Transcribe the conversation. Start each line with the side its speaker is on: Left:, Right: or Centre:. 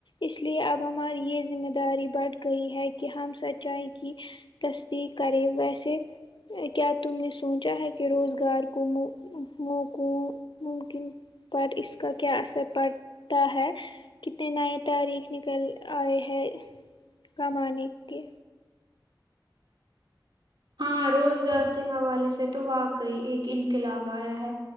Left: اس لیے اب ہماری یہ ذمہ داری بڑھ گئی ہے کہ کہ ہم سچائی کی تصدیق کریں ویسے کیا تم نے سونچا ہے کہ روزگار کو مو موقوں ممکن پر اس کا کیا اثر پڑتا ہے کتنے نئے طریق نکل آئے ہے کمانے کے
Right: ہاں روزگار کے حوالے سے تو واقعی ایک انقلاب آیا ہے